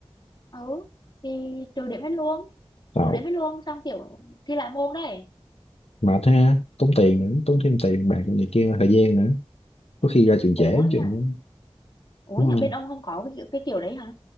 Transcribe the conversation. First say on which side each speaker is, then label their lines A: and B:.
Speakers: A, on the left; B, on the left.
A: ừ thì trừ điểm hết luôn
B: Tao
A: trừ điểm hết luôn xong kiểu thi lại môn đấy
B: mà thế á, tốn tiền nữa, tốn thêm tiền bạc này kia, thời gian nữa. Có khi ra trường trễ
A: ủa
B: chừng
A: nhở
B: á.
A: ủa
B: Đúng
A: nhở
B: không?
A: bên ông không có cái kiểu cái kiểu đấy hả